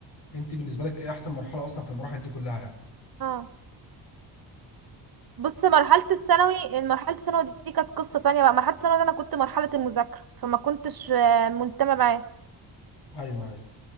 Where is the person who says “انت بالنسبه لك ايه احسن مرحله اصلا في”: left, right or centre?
Left